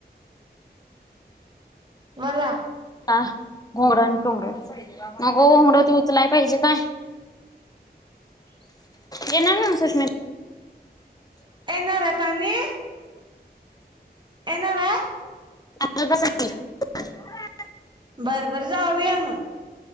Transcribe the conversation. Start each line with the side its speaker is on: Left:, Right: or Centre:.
Right: बोले.
Left: हा घोंगडं आणि तोंगड नको, घोंगड उचलाय पाहिजे काय, येणार नव्ह सुषमी
Right: येणार आहे पाणी, येणार हाय.
Left: <inaudible>
Right: बर बर जाऊया मग.